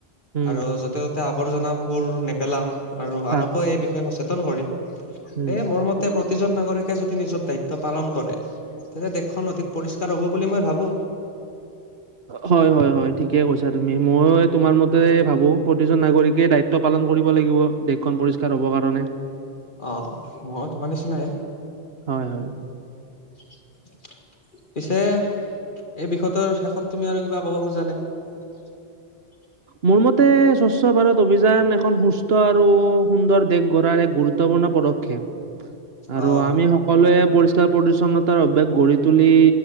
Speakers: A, on the right; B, on the left.
A: উম,
B: আৰু য'তে ত'তে আৱৰ্জনাবোৰ নেপেলাম আৰু
A: হা,
B: আনকো এই বিষয়ে সচেতন কৰিম।
A: উম।
B: এই মোৰ মতে প্ৰতিজন নাগৰিকে যদি নিজৰ দায়িত্ব পালন কৰে তেতিয়া দেশখন অধিক পৰিষ্কাৰ হ'ব বুলি মই ভাবো।
A: হয় হয় হয় ঠিকে কৈছে এতিয়া তুমি মই তোমাৰ মতে ভাবো প্ৰতিজন নাগৰিকে দায়িত্ব পালন কৰিব লাগিব দেশখন পৰিষ্কাৰ হ'ব হব কাৰণে।
B: অ মইও তোমাৰ নিচিনাই।
A: হয়, হয়।
B: <unintelligible> পিছে এই বিষয়টোৰ শেষত তুমি আৰু কিবা ক'ব খোজানে? <unintelligible>
A: মোৰ মতে স্বচ্ছ ভাৰত অভিযান এখন সুস্থ আৰু সুন্দৰ দেশ গঢ়াৰ এক গুৰুত্বপূৰ্ণ পদ পদক্ষেপ আৰু
B: অ
A: আমি সকলোৱে পৰিচ্ <unintelligible> পৰিচ্ছন্নতাৰ অভ্যাস গঢ়ি তুলি